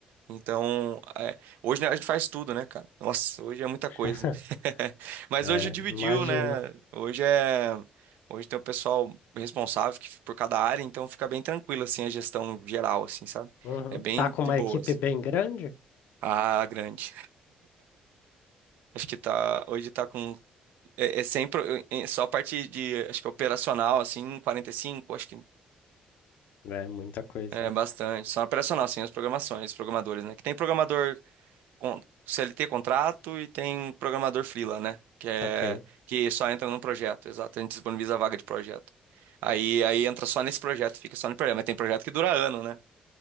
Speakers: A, on the right; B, on the left.
A: Então, é, hoje né, a gente faz tudo, né, cara? Nossa, hoje é muita
B: <laughs>
A: coisa. <laughs> Mas
B: É,
A: hoje dividiu,
B: imagino.
A: né? Hoje é. Hoje tem o pessoal responsável que- por cada área, então fica bem tranquilo, assim, a gestão geral, assim, sabe?
B: Uhum.
A: É bem
B: Tá com
A: de
B: uma
A: boas.
B: equipe bem grande?
A: Ah, grande. Acho que tá. Hoje tá com. É, é sempre. é só a parte de. Acho que operacional, assim, 45, acho que
B: É, muita coisa,
A: É,
B: né?
A: bastante. São operacional, sim, as programações, os programadores, né? Que tem programador com CLT contrato e tem programador freela, né? Que é
B: Saquei.
A: que só entra num projeto, exato. A gente disponibiliza a vaga de projeto. Aí, aí entra só nesse projeto, fica só no projeto. Mas tem projeto que dura ano, né?